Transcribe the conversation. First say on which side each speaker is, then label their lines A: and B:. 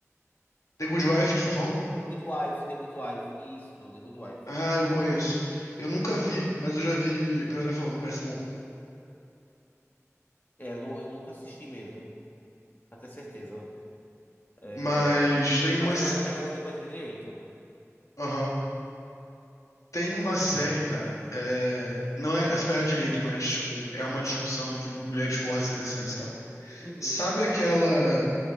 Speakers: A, on the left (about 85°); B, on the left (about 35°).
A: The Good Wife que você tá falando?
B: The Good Wife, The Good Wife. Isso, The Good Wife.
A: Ah, eu conheço. Eu nunca vi, mas eu já vi galera falando, parece bom.
B: É, eu, não, eu nunca assisti mesmo. Pra ter certeza. É,
A: Mas tem
B: Mas
A: umas,
B: é nessa
A: s-
B: pegada de coisa de direito.
A: Aham. Tem uma série, cara. É... Não é esperar direito, mas, tipo, é uma discussão de mulheres fortes interessantes e tal.
B: Uhum.
A: Sabe aquela